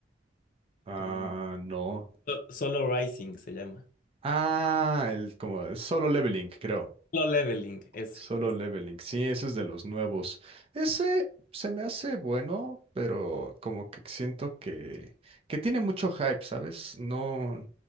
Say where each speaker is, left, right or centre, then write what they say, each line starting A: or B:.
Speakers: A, on the right; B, on the left.
A: Ah,
B: Mm,
A: no.
B: Solo Rising se llama.
A: Ah, el como solo leveling, creo.
B: Solo Leveling, ese,
A: Solo
B: ese.
A: Leveling. Sí, ese es de los nuevos. Ese se me hace bueno, pero como que siento que, que tiene mucho hype, ¿sabes? No,